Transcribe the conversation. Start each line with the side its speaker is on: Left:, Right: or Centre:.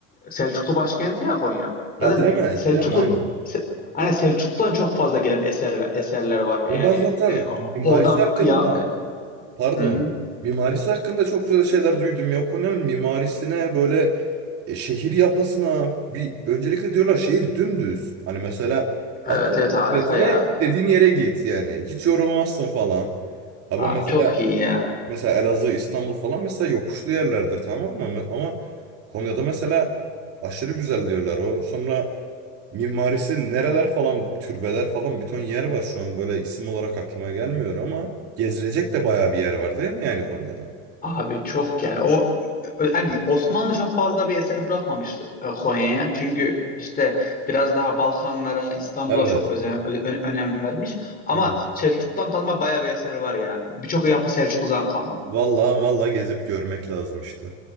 Left: Selçuklu başkenti ya Konya.
Right: Ha
Left: Zaten
Right: değil mi?
Left: Selçuklu
Right: Değil mi? Aynen.
Left: Se- Hani Selçuk'tan çok fazla gelen eserler, eserler var. Yani
Right: Ya ben zaten
Left: e,
Right: mimarisi
Left: oradan
Right: hakkında
Left: ya, e,
Right: pardon.
Left: Hı hı.
Right: Mimarisi hakkında çok güzel şeyler duydum ya. Konya'nın mimarisine böyle E, şehir yapısına bir öncelikle diyorlar şehir dümdüz. Hani mesela atla
Left: Evet evet
Right: bisikletine
Left: harika ya.
Right: istediğin yere git yani. Hiç yorulmazsın falan. Ha
Left: Abi
Right: ben mesela
Left: çok iyi ya.
Right: mesela Elazığ, İstanbul falan mesela yokuşlu yerlerdir tamam mı? Ama Konya'da mesela aşırı güzel diyorlar o. Sonra mimarisi nereler falan türbeler falan bir ton yer var şu an böyle isim olarak aklıma gelmiyor ama gezilecek de bayağı bir yer var değil mi yani Konya'da?
Left: Abi çok yani o hani Osmanlı çok fazla bir eser bırakmamış e, Konya'ya. Çünkü işte biraz daha Balkanlara, İstanbul'a
Right: Evet.
Left: çok özen- ö- ö- önem vermiş. Ama
Right: Evet.
Left: Selçuklu'dan kalma bayağı bir eser var yani. Birçok yapı Selçuklu'dan kalma.
Right: Vallahi vallahi gezip görmek lazım işte.